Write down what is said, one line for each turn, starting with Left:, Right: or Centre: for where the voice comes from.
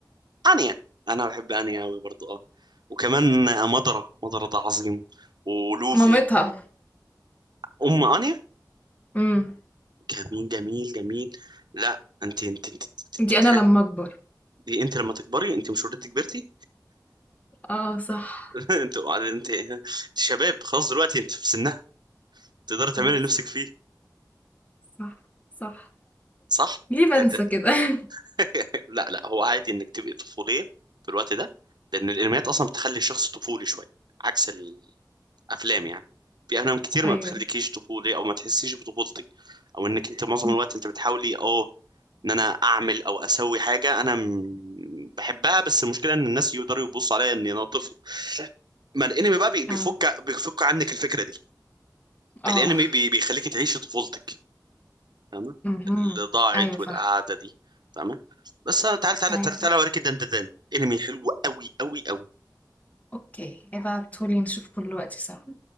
Right: انيا انا بحب انيا قوي برضو اه وكمان آه، مضرة مضرة ده عظيم ولوفي
Left: مامتها
Right: ام انيا
Left: امم
Right: جميل جميل جميل لا انت انت انت, انت,
Left: دي انا لما
Right: انت,
Left: اكبر
Right: دي انت لما تكبري انت مش اوريدي كبرتي
Left: آه صح
Right: <laughs> انت انت انت شباب خلاص دلوقتي انت في سنها تقدري تعملي
Left: آه
Right: اللي نفسك
Left: صح
Right: فيه
Left: صح صح
Right: صح؟
Left: ليه بنسى
Right: انت-
Left: كده
Right: <laughs>
Left: <laughs>
Right: لا لا هو عادي انك تبقي طفوليه في الوقت ده لان الانميات اصلا بتخلي الشخص طفولي شويه عكس الافلام يعني في افلام كتير
Left: أيوه
Right: ما بتخليكيش طفولي او ما تحسيش بطفولتك او انك انت معظم
Left: مم.
Right: الوقت انت بتحاولي اه ان انا اعمل او اسوي حاجه انا م- بحبها بس المشكله ان الناس يقدروا يبصوا عليا ان انا طفل ما الانمي بقى بي- بيفك
Left: آه
Right: بيفك عنك الفكره دي
Left: آه
Right: الانمي بي- بيخليك تعيشي طفولتك فاهمه
Left: مهم.
Right: اللي ضاعت
Left: أيوه فاهم
Right: والقعده دي فاهمه بس انا تعال تعال
Left: أيوه
Right: تعال
Left: فاهم
Right: تعال اوريك الدندان انمي حلو قوي قوي قوي
Left: أوكي ابعتهولي نشوفه دلوقتي سوا